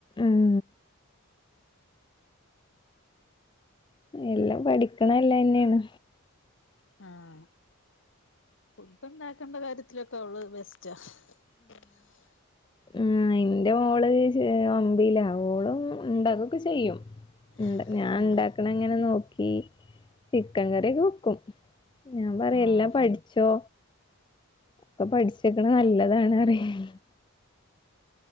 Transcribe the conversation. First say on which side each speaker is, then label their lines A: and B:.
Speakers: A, on the left; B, on the left.
A: ഉം എല്ലാം പഠിക്കണെ നല്ലെന്നെയാണ്
B: ആഹ് ഫുഡ് ഇണ്ടാക്കേണ്ട കാര്യത്തിലൊക്കെ അവള് ബെസ്റ്റാ <inaudible>
A: ഉം ന്റെ മോള് ചെ ഒമ്പിയിലാ ഓളും ഇണ്ടാക്കുവൊക്കെ ചെയ്യും
B: <inaudible>
A: ഇണ്ടാ ഞാൻ
B: ആഹ്
A: ഇണ്ടാക്കണങ്ങനെ നോക്കി ചിക്കൻ കറിയൊക്കെ വെക്കും ഞാൻ പറയും
B: ആഹ്
A: എല്ലാം പഠിച്ചോ ഒക്കെ പഠിച്ച് വെക്കണെ നല്ലതാണ് പറിയും <inaudible>